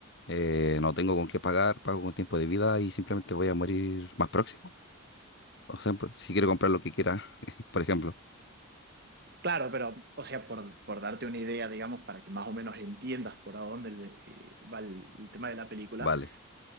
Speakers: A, on the left (about 55°); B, on the right (about 50°).
A: eh, no tengo con qué pagar, pago con tiempo de vida y simplemente voy a morir más próximo. Por ejemplo, si quiero comprar lo que quiera, <laughs> por ejemplo,
B: Claro, pero, o sea, por, por darte una idea, digamos, para que más o menos entiendas por a dónde eh, va el, el tema de la película,
A: vale.